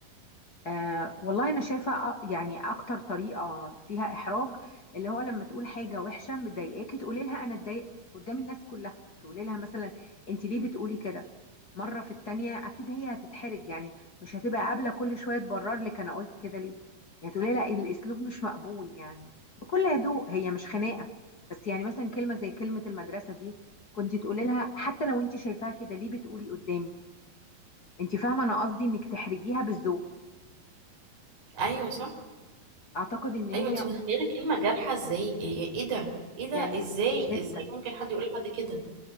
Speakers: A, on the left; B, on the right.
A: آه والله أنا شايفة أ- يعني أكتر طريقة فيها إحراج اللي هو لما تقول حاجة وحشة مضايقاكي تقولي لها أنا اتضايقت قدام الناس كلها تقولي لها مثلا أنت ليه بتقولي كده مرة في التانية أكيد هي هتتحرج يعني مش هتبقى قابلة كل شوية تبرر لك أنا قلت كده ليه يعني تقولي لها الأسلوب مش مقبول يعني بكل هدوء هي مش خناقة بس يعني مثلا كلمة زي كلمة المدرسة دي كنت تقولي لها حتى لو أنت شايفاها كده ليه بتقولي قدامي أنت فاهمة أنا قصدي إنك تحرجيها بالذوق
B: ايوه صح
A: اعتقد ان هي
B: ايوه انت متخيله كلمه جارحه ازاي ايه إيه إيه ده ايه ده
A: يعني
B: ازاي
A: جدا
B: ازاي ممكن حد يقول لحد كده